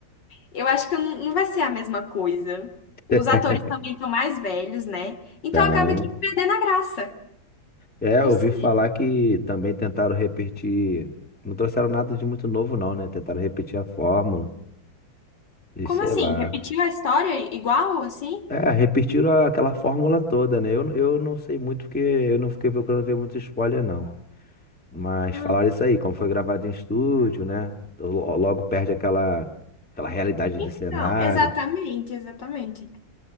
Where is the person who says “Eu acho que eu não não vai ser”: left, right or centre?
Left